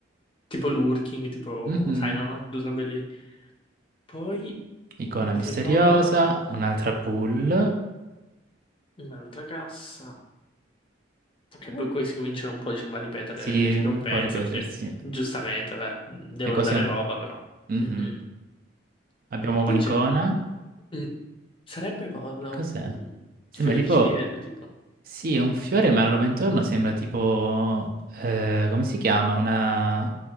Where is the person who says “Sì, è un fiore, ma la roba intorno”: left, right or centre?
Right